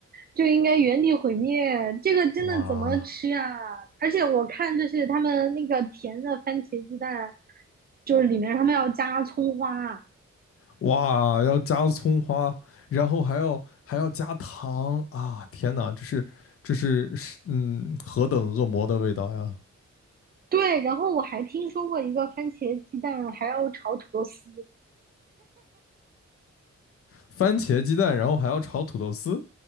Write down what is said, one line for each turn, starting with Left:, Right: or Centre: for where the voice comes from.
Right: 就应该原地毁灭，这个真的怎么吃啊？
Left: 哇
Right: 而且我看就是他们那个甜的番茄鸡蛋，就是里面他们要加葱花，
Left: 哇，要加葱花，然后还要还要加糖啊，天哪，这是这是是，嗯，何等恶魔的味道呀！
Right: 对，然后我还听说过一个番茄鸡蛋还要炒土豆丝，
Left: 番茄鸡蛋，然后还要炒土豆丝